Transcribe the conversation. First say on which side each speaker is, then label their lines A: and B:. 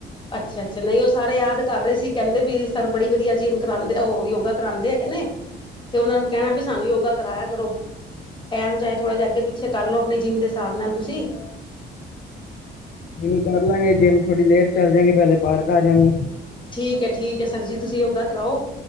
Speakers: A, on the left; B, on the left.
A: ਅੱਛਾ ਅੱਛਾ ਨਹੀਂ ਉਹ ਸਾਰੇ ਯਾਦ ਕਰ ਰਹੇਂ ਸੀ। ਕਹਿੰਦੇ ਵੀ ਸਰ ਬੜੀ ਵਧੀਆਂ ਜਿੰਮ ਕਰਵਾਉਂਦੇ ਉਹ ਯੋਗਾ। ਕਰਾਉਂਦੇ ਹੈਗੇ ਨੇਂ ਤੇ ਉਹਨਾਂ ਨੂੰ ਕਹਿਣਾਂ ਵੀ ਸਾਂਨੂੰ ਯੋਗਾ ਕਰਾਇਆ ਕਰੋਂ। ਟਾਈਮ ਚਾਹੇਂ ਥੋੜਾ ਜਿਹਾਂ ਅੱਗੇ ਪਿੱਛੇ ਕਰ ਲੋ ਆਪਣੀਂ ਜਿੰਮ ਦੇ ਹਿਸਾਬ ਨਾਲ ਤੁਸੀਂ।
B: ਨਹੀਂ ਨਹੀਂ ਕਰਲਾਂਗੇ ਜਿੰਮ। ਥੋੜੀ ਲੇਟ ਚੱਲ ਜਾਂਗੇ ਪਹਿਲੇ ਪਾਰਕ ਆਜਾਂਗੇ
A: ਠੀਕ ਹੈ ਠੀਕ ਹੈਂ ਸਰ ਜੀ। ਤੁਸੀਂ ਯੋਗਾ ਕਰਾਓ